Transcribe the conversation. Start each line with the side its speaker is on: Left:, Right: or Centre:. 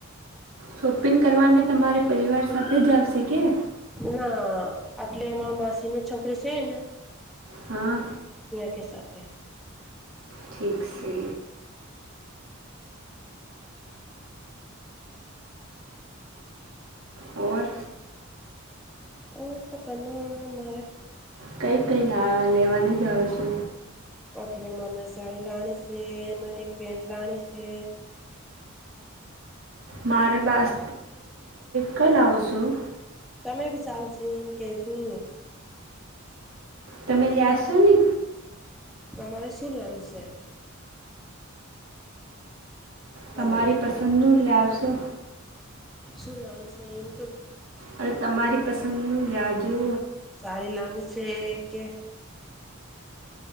Right: શોપિંગ કરવાને, તમારે પરિવાર સાથે જ આવશે કે
Centre: ના આટલે એમાં માસીની છોકરી, છેને.
Right: હા
Centre: કે, સા
Right: ઠીક છે. ઓર
Centre: ઓર, તો કના મારે
Right: કઈ, કઈ લ લેવાને જાવ છુ.
Centre: એટલે મને સાડી લાણી છે એક પેન્ટ લાણી છે
Right: મારે બાસ ક લાવું છું
Centre: તમે બ ચાલ છિમ કેજુ
Right: તમે લ્યાશો ને
Centre: તમારે શું લણું છે હલો
Right: તમારી પસંદ ન લાવશો
Centre: શુંલાણુનું છેમ
Right: અરે તમારી પસંદ નું લ્યાજો
Centre: સાડી લાણી છે એક